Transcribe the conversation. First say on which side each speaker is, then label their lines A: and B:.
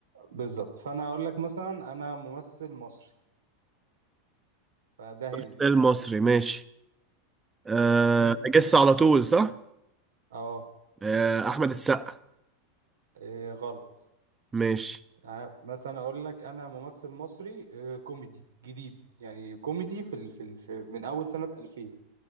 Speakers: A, on the right (about 80°); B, on the right (about 15°).
A: بالظبط فانا اقول لك مثلا انا ممثل مصري فده هنت
B: بس المصري ماشي أه
A: هم.
B: اجس على طول صح
A: اه
B: أه احمد السقا
A: إيه غلط
B: ماشي
A: ع- مثلا اقول لك انا ممثل مصري آه، كوميدي جديد يعني كوميدي في ال... في, ال... في من اول سنة 2000